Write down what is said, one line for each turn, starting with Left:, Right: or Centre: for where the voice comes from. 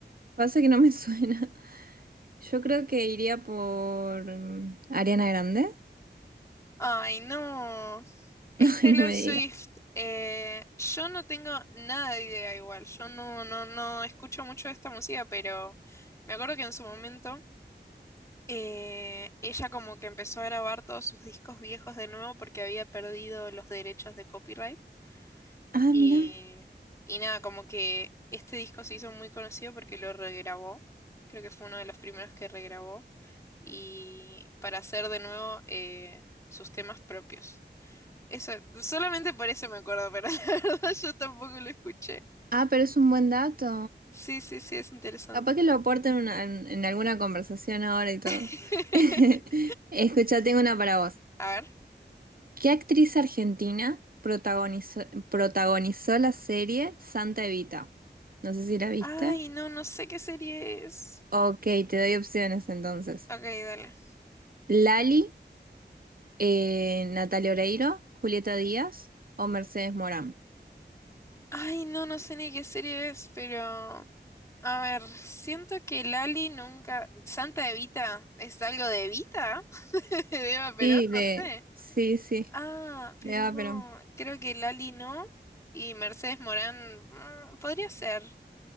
Right: pasa que no me <laughs> suena. Yo creo que iría por mm, Ariana Grande.
Left: Ay, no.
Right: <laughs>
Left: Es
Right: Ay,
Left: Taylor
Right: no me
Left: Swift.
Right: digas.
Left: Eh, yo no tengo nada de idea igual. Yo no, no, no escucho mucho de esta música, pero me acuerdo que en su momento eh, ella como que empezó a grabar todos sus discos viejos de nuevo porque había perdido los derechos de copyright.
Right: Ah,
Left: Y,
Right: mira.
Left: y nada, como que este disco se hizo muy conocido porque lo regrabó. Creo que fue uno de los primeros que regrabó. Y para hacer de nuevo eh, sus temas propios. Eso, solamente por eso me acuerdo, pero <laughs> la verdad yo tampoco lo escuché.
Right: Ah, pero es un buen dato.
Left: Sí, sí, sí, es interesante.
Right: Capaz que lo aporten en, una- en- en alguna conversación ahora y todo.
Left: <laughs>
Right: <laughs> Escucha, tengo una para vos.
Left: A ver.
Right: ¿Qué actriz argentina protagonizó, protagonizó la serie Santa Evita? No sé si la viste.
Left: Ay, no, no sé qué serie es.
Right: Ok, te doy opciones entonces.
Left: Ok, dale.
Right: Lali, eh, Natalia Oreiro, Julieta Díaz o Mercedes Morán.
Left: Ay, no, no sé ni qué serie es, pero... A ver, siento que Lali nunca... Santa Evita, ¿es algo de Evita? <laughs> De Eva Perón,
Right: Sí, de...
Left: no sé.
Right: Sí, sí.
Left: Ah, pero
Right: Me da
Left: no,
Right: pena.
Left: creo que Lali no. Y Mercedes Morán, mm, podría ser.